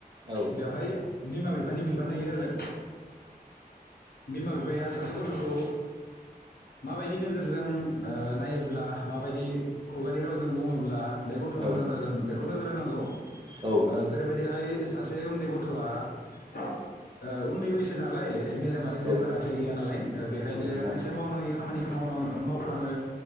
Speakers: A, on the right (about 30°); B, on the left (about 80°).
A: औ
B: बेवहाय बिमा बिफानि बिबान थायो आरो बिमा बिफाया सासे गथ'खौ माबायदि नोजोरजों ओ नायोब्ला माबायदि खुगानि रावजों बुङोब्ला बे गथ'आ
A: औ
B: मोजां जागोन खौ नोजोर होनांगौ ओ
A: औ
B: जेरैबायदि थाय सासे उन्दै गथ'आ ओ उन उन्दै बैसो नालाय मेलेमारि
A: औ
B: जेबो राथाय गैया नालाय ओ बेखायनो
A: औ नोंथां
B: खायसे मावनाङि खामानिखौ मावनां ओ मावफ्लाङो